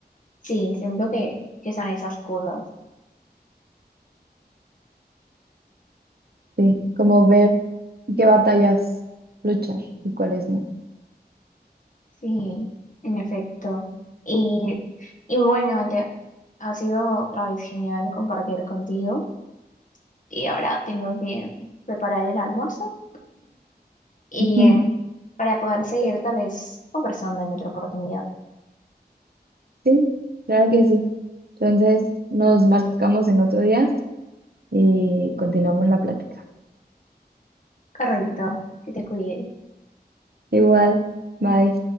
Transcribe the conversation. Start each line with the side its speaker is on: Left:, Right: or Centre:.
Left: sí, siento que, que son esas cosas.
Right: Sí, como ver qué batallas luchar y cuáles no.
Left: Sí, en efecto. Y, y bueno, Ale, ha sido otra vez genial compartir contigo. Y ahora tengo que preparar el almuerzo y
Right: <laughs>
Left: eh, para poder seguir tal vez conversando en otra oportunidad.
Right: Sí, claro que sí. Entonces, nos marcamos en otro día y continuamos la plática.
Left: Correcto, que te cuides.
Right: Igual, bye.